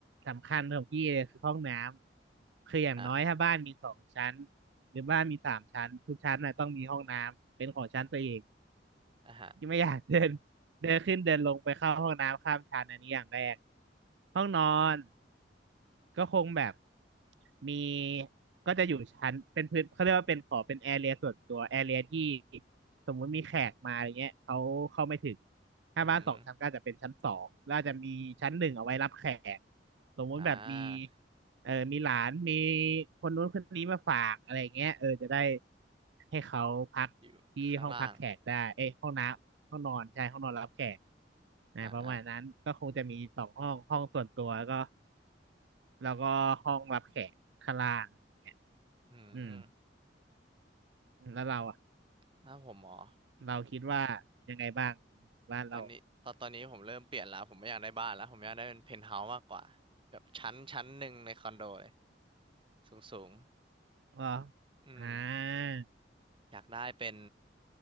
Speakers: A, on the right (about 75°); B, on the right (about 30°).
A: สำคัญของพี่เลยคือห้องน้ำคืออย่างน้อยถ้าบ้านมีสองชั้น
B: อ่ะ
A: หรือบ้านมีสามชั้นทุกชั้นน่ะต้องมีห้องน้ำเป็นของชั้นตัวเอง
B: อ่ะฮะ
A: ที่ไม่อยากเดิน <laughs> เดินขึ้นเดินลงไปเข้าห้องน้ำข้ามชั้นอันนี้อย่างแรกห้องนอนก็คงแบบมีก็จะอยู่ชั้นเป็นพื้นเขาเรียกว่าเป็นขอเป็นแอเรียส่วนตัวแอเรียที่สมมุติมีแขกมาอะไรเงี้ยเขาเข้าไม่ถึงถ้าบ้านสองชั้นก็อาจจะเป็นชั้นสองแล้วอาจจะมีชั้นหนึ่งเอาไว้รับแขก
B: อืม
A: สมมุติแบบมี
B: อ่า
A: เออมีหลานมีคนนู้นคนนี้มาฝากอะไรเงี้ยเออจะได้ให้เขาพักที่ห้องพักแขกได้เอ้ยห้องน้ำห้องนอนใช่ห้องนอนรับแขก
B: อยู่ข้างล่าง
A: นะประมาณนั้นก็คงจะมีสองห้องห้องส่วนตัวแล้วก็
B: อ่า
A: แล้วก็ห้องรับแขกข้างล่างอะไรเงี้ย
B: อืม
A: อืมแล้วเราอ่ะ
B: ถ้าผมหมอ
A: เราคิดว่ายังไงบ้างอืมบ้านเรา
B: ตอนนี้ตอนตอนนี้ผมเริ่มเปลี่ยนแล้วผมไม่อยากได้บ้านแล้วผมอยากได้เป็นเพนท์เฮาส์มากกว่าแบบชั้นชั้นหนึ่งในคอนโดเลยสูงสูง
A: อ๋อ
B: อืม
A: อ่า
B: อยากได้เป็น